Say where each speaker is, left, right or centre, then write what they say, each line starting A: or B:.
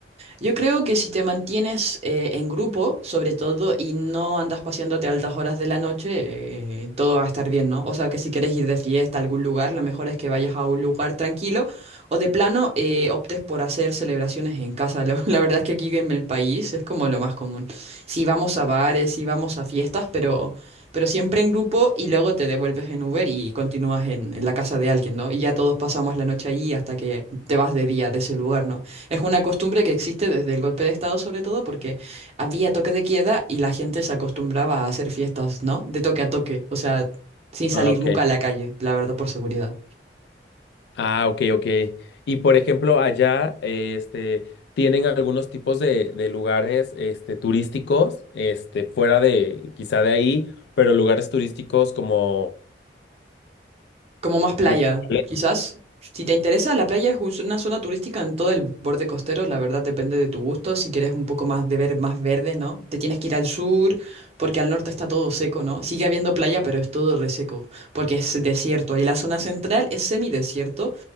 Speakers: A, on the right (about 35°); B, on the left (about 65°).
A: Yo creo que si te mantienes eh, en grupo, sobre todo, y no andas paseándote a altas horas de la noche, eh, todo va a estar bien, ¿no? O sea, que si quieres ir de fiesta a algún lugar, lo mejor es que vayas a un lugar tranquilo o de plano eh, optes por hacer celebraciones en casa. La, <laughs> la verdad es que aquí en el país es como lo más común. Si vamos a bares, si vamos a fiestas, pero, pero siempre en grupo y luego te devuelves en Uber y continúas en, en la casa de alguien, ¿no? Y ya todos pasamos la noche allí hasta que te vas de día de ese lugar, ¿no? Es una costumbre que existe desde el golpe de Estado, sobre todo porque había toque de queda y la gente se acostumbraba a hacer fiestas, ¿no? De toque a toque, o sea, sin salir
B: Ah, ok.
A: nunca a la calle, la verdad, por seguridad.
B: Ah, ok, ok. Y por ejemplo, allá, eh, este, tienen algunos tipos de, de lugares, este, turísticos, este, fuera de, quizá de ahí, pero lugares turísticos como...
A: Como más playa,
B: naturales.
A: quizás. Si te interesa, la playa es un- una zona turística en todo el borde costero, la verdad depende de tu gusto. Si quieres un poco más de ver más verde, ¿no? Te tienes que ir al sur, porque al norte está todo seco, ¿no? Sigue habiendo playa, pero es todo reseco, porque es desierto. Y la zona central es semidesierto.